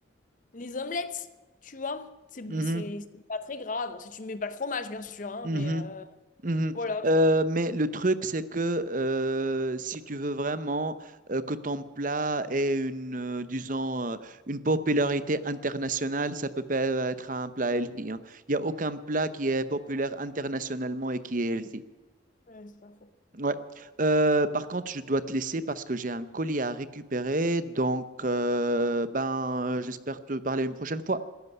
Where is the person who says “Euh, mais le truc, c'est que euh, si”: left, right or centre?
Right